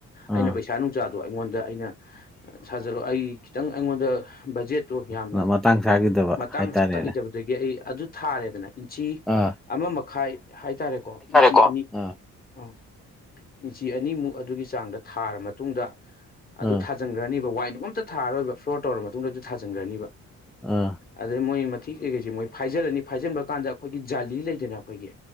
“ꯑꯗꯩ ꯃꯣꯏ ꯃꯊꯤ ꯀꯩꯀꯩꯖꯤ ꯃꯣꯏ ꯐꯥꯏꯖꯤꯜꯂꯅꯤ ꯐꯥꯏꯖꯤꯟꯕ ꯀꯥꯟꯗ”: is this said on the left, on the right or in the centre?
Left